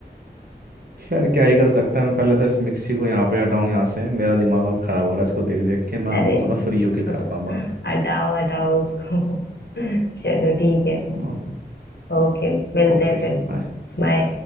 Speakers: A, on the right (about 60°); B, on the left (about 75°).
A: खैर क्या ही कर सकते हैं मैं पहले तो इस मिक्सी को यहाँ पे हटाऊं यहाँ से मेरा दिमाग और ख़राब हो रहा है इसको देख देख के मैं आपको
B: अरे
A: थोड़ा फ्री होके करता
B: <laughs>
A: हूँ बात
B: हटाओ हटाओ उसको <laughs> चलो ठीक है
A: ओके
B: ओके मिलते
A: ओके
B: हैं
A: जी
B: फिर
A: बाय
B: बाय